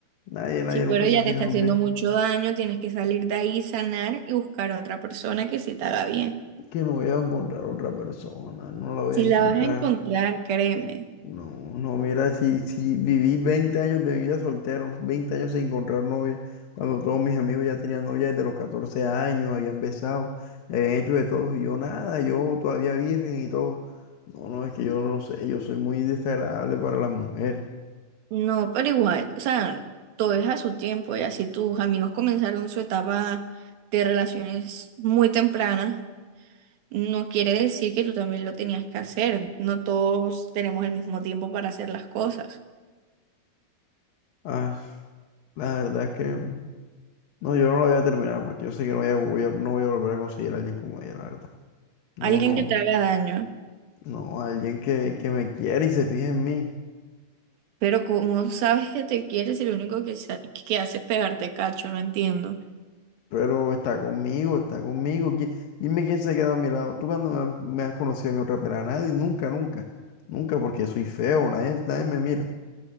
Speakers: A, on the left; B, on the right.
A: Nadie, nadie
B: Si pero
A: nunca
B: ya
A: se ha fijado
B: te está haciendo
A: en mí.
B: mucho daño, tienes que salir de ahí, sanar y buscar a otra persona que sí te haga bien.
A: Que no voy a encontrar otra persona, no la voy
B: Si
A: a encontrar.
B: la vas a encontrar, créeme.
A: No, no, mira, si, si viví 20 años de mi vida soltero, 20 años sin encontrar novia, cuando todos mis amigos ya tenían novia desde los 14 años, habían besado, habían hecho de todo, y yo nada, yo todavía virgen y todo. No, no, es que yo no sé, yo soy muy desagradable para las mujeres.
B: No, pero igual, o sea, todo es a su tiempo. Y así tus amigos comenzaron su etapa de relaciones muy temprana No quiere decir que tú también lo tenías que hacer. No todos tenemos el mismo tiempo para hacer las cosas.
A: Ah, la verdad es que, mm, no, yo no lo voy a terminar porque yo sé que no voy a, voy a- no voy a volver a conseguir a alguien como ella, la verdad. No,
B: Alguien
A: no,
B: que te haga daño,
A: no, alguien que, que me quiere y se fije en mí.
B: pero como sabes que te quieres, el único que, sa- que hace es pegarte cacho, no entiendo.
A: Pero está conmigo, está conmigo. ¿Qui- Dime quién se ha quedado a mi lado. Tú cuando me, han- me has conocido a mi otra pera, nadie, nunca, nunca, nunca, porque soy feo, nadie, nadie me mira.